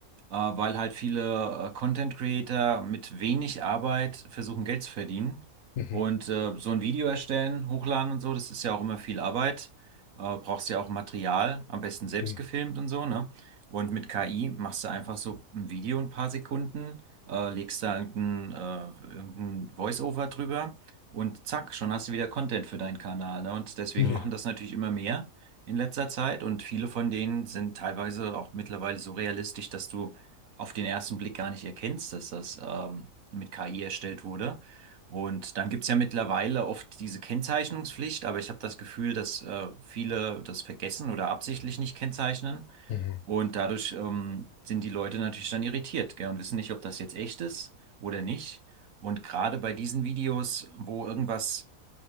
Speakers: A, on the right; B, on the left.
A: äh, weil halt viele äh, Content Creator mit wenig Arbeit versuchen, Geld zu verdienen.
B: Mhm.
A: Und äh, so ein Video erstellen, hochladen und so, das ist ja auch immer viel Arbeit. Äh, brauchst ja auch Material, am besten selbst
B: Mhm.
A: gefilmt und so, ne? Und mit KI machst du einfach so ein Video in ein paar Sekunden, äh, legst da irgendein, äh, irgendein Voice-Over drüber und zack, schon hast du wieder Content für deinen Kanal, ne? Und deswegen
B: Ja.
A: machen das natürlich immer mehr in letzter Zeit und viele von denen sind teilweise auch mittlerweile so realistisch, dass du auf den ersten Blick gar nicht erkennst, dass das ähm, mit KI erstellt wurde. Und dann gibt's ja mittlerweile oft diese Kennzeichnungspflicht, aber ich habe das Gefühl, dass äh, viele das vergessen oder absichtlich nicht kennzeichnen.
B: Mhm.
A: Und dadurch ähm, sind die Leute natürlich dann irritiert, gell, und wissen nicht, ob das jetzt echt ist oder nicht. Und gerade bei diesen Videos, wo irgendwas